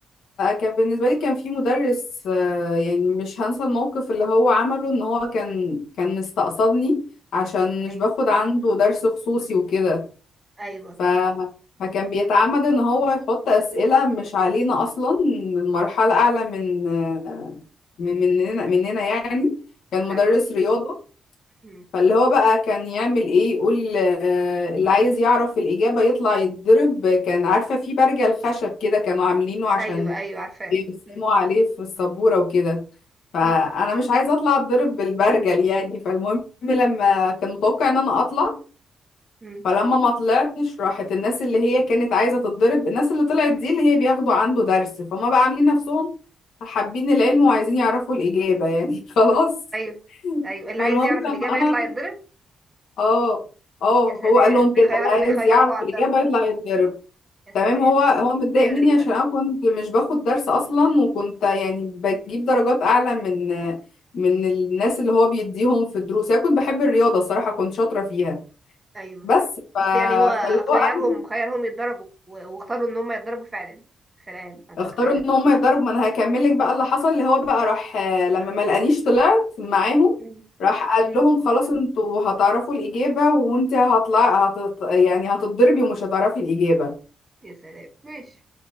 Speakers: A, on the left (about 85°); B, on the right (about 15°).
A: كان بالنسبة لي كان في مدرس آه، يعني مش هنسى الموقف اللي هو عمله ان هو كان كان مستقصدني عشان
B: أيوه
A: مش باخد عنده درس خصوصي وكده
B: أيوه
A: ف فكان بيتعمد ان هو يحط اسئلة مش علينا اصلا من مرحلة اعلى من آه، من مننا مننا يعني كان
B: فاهمة
A: مدرس
B: قصدك
A: رياضة
B: مم.
A: فاللي هو بقى كان يعمل ايه يقول آه، اللي عايز يعرف الإجابة يطلع يتضرب كان عارفة في برجل خشب كده كانوا عاملينه عشان
B: أيوه أيوه عارفاه
A: بيرسموا
B: مم.
A: عليه في السبورة وكده فأنا
B: مم.
A: مش عايزة أطلع أتضرب بالبرجل يعني فالمهم لما كان متوقع إن أنا أطلع
B: مم.
A: فلما ما طلعتش راحت الناس اللي هي كانت عايزة تتضرب الناس اللي طلعت دي اللي هي بياخدوا عنده درس فهم بقى عاملين نفسهم حابين العلم وعايزين يعرفوا الإجابة يعني <laughs> خلاص
B: أيوه أيوه اللي
A: فالمهم
B: عايز يعرف
A: لما
B: الإجابة
A: أنا
B: يطلع يتضرب
A: اه اه
B: يا سلام
A: هو قال لهم
B: بيخير
A: كده اللي
B: بيخيركوا
A: عايز يعرف
B: على
A: الإجابة
B: الضرب
A: يطلع يتضرب
B: يا سلام
A: تمام هو هو متضايق
B: حاجة
A: مني
B: غريبة
A: عشان انا كنت مش باخد درس اصلا وكنت يعني بجيب درجات اعلى من من الناس اللي هو بيديهم في الدروس انا كنت بحب الرياضه الصراحه كنت شاطره فيها
B: ايوه
A: بس ف...
B: بس يعني هو
A: فاللي هو
B: خيرهم
A: انا
B: خيرهم يتضربوا و- واختاروا ان هم يتضربوا فعلا سلام على الذكريات
A: اختاروا ان
B: بتاعتهم
A: هم يتضربوا ما انا هكملك بقى اللي حصل اللي هو بقى راح آه، لما ما لقانيش طلعت معاهم
B: مم.
A: راح قال
B: مم.
A: لهم خلاص انتوا هتعرفوا الاجابه وانت هطلع هت... يعني هتتضربي ومش هتعرفي الاجابه
B: يا سلام ماشي